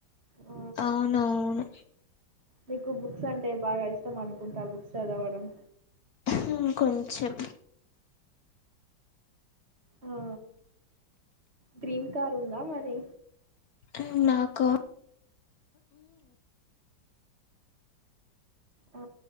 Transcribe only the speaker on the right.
ఆ
నీకు బుక్స్ అంటే బాగా ఇష్టం అనుకుంటా బుక్స్ చదవడం
ఆ గ్రీన్ కార్ ఉందా మరి
ఆ